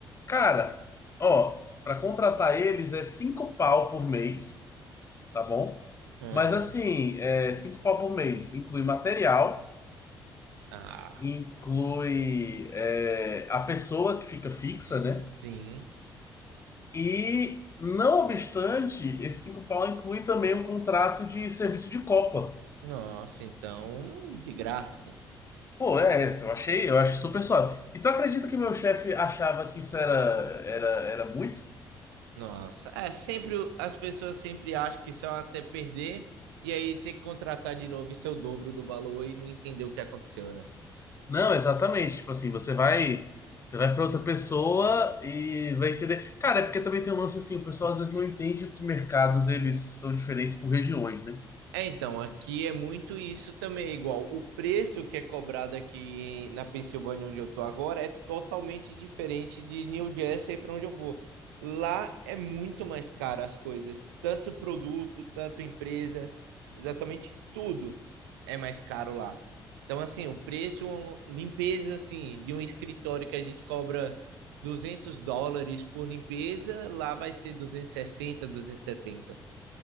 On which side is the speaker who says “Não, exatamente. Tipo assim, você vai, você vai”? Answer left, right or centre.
Left